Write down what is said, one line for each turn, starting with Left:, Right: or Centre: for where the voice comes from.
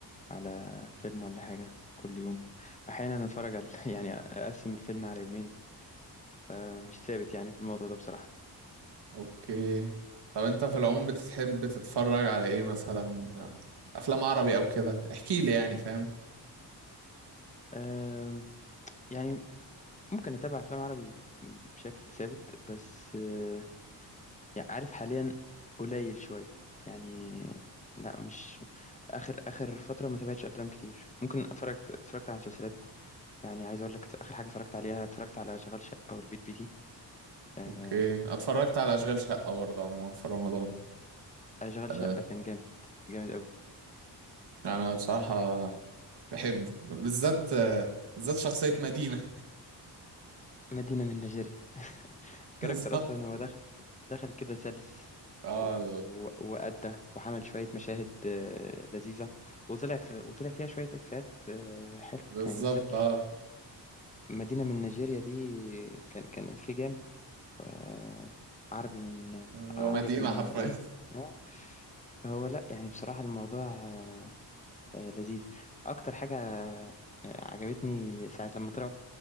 Left: على فيلم ولا حاجه كل يوم احيانا اتفرج على <laughs> يعني اقسم الفيلم على يومين أه مش ثابت يعني في الموضوع ده بصراحه
Right: اوكي طب انت في العموم بتحب تتفرج على ايه مثلا افلام عربي او كده احكي لي يعني فاهم
Left: أم، يعني ممكن اتابع افلام عربي بشكل ثابت بس أه، يعني عارف حاليا قليل شويه يعني لا مش اخر اخر فتره ما تابعتش افلام كتير ممكن اتفرج اتفرجت على مسلسلات يعني عايز اقول لك اخر حاجه اتفرجت عليها اتفرجت على شغال شقه او البيت بيتي آه
Right: اوكي اتفرجت على اشغال شقه برضه عموما في رمضان
Left: شغال
Right: آه،
Left: شقه كان جامد جامد قوي
Right: انا بصراحه بحبه بالذات آه، بالذات شخصيه مدينه
Left: مدينه من نيجيريا <laughs> الكاركتر
Right: <laughs> بالظبط
Left: اصلا هو داخل دخل كده سلس
Right: اه
Left: و...
Right: ال-
Left: وأدى وعمل شوية مشاهد آه، لذيذة وطلع في... وطلع فيها شوية إفيهات آه، حلوة
Right: بالظبط
Left: يعني بالذات
Right: اه
Left: مدينة من نيجيريا دي كان كان إفيه جامد آه، عربي من
Right: لو
Left: عربي
Right: مدينه
Left: من
Right: حرفيا
Left: عم آه، هو لأ يعني بصراحة الموضوع آه، آه، لذيذ اكتر حاجه آه، عجبتني ساعه لما طلعوا